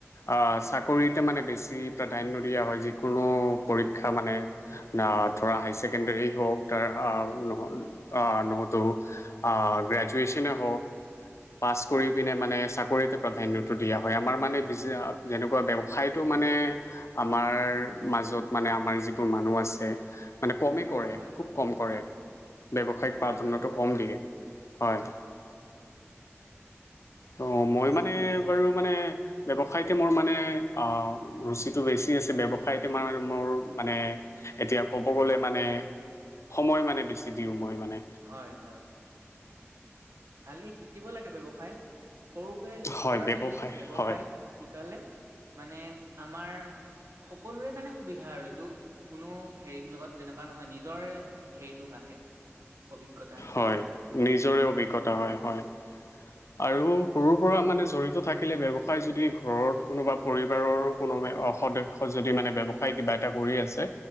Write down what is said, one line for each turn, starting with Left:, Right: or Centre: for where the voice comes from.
Left: আহ চাকৰিতে মানে বেছি প্ৰাধান্য দিয়া হয় যিকোনো পৰীক্ষা মানে আহ ধৰা হাই ছেকেণ্ডৰী হওক তাৰ আহ আহ নহতো আ গ্ৰেজুৱেচনে হওঁক পাছ
Right: হয়।
Left: কৰি পিনে মানে চাকৰি প্ৰাধান্যটো দিয়া হয় আমাৰ মানে যেনেকুৱা ব্যৱসায়টো মানে আমাৰ মাজত মানে আমাৰ যিবোৰ মানুহ আছে মানে, কমেই কৰে,
Right: হয়
Left: খুউব
Right: হয়
Left: কম কৰে। ব্যৱসায়িক
Right: খুব কমে
Left: প্ৰাধান্যটো
Right: কৰে হয়।
Left: কম দিয়ে। হয়! অ'! মই মানে, বাৰু মানে, ব্যৱসায়তে মোৰ মানে, অ' ৰুচিটো বেছি আছে। ব্যৱসায়তে মানে, মোৰ মানে, এতিয়া ক'ব গ'লে, মানে, সময় মানে, বেছি দিওঁ, মই মানে।
Right: হয়, হয়। ভালেই, শিকিব লাগে ব্যৱসায়। সৰু পৰা,
Left: হয়
Right: ল'ৰা- ছোৱালীক ব্যৱসায়
Left: হয়
Right: শিকালে। মানে, আমাৰ সকলোৰে কাৰণে, সুবিধা আৰু এইটো। কোনো সেৰিৰ লগত তেনেকুৱা নহয়। নিজৰে সেৰিটো বাহে, অভিজ্ঞতা হিচাপে।
Left: হয় নিজৰে অভিজ্ঞতা। হয়, হয়! আৰু সৰুৰ পৰা মানে, জড়িত থাকিলে, ব্যৱসায় যদি, ঘৰত কোনোবা, পৰিবাৰৰ কোনোবা সদ যদি মানে, ব্যৱসায় কিবা এটা কৰি আছে।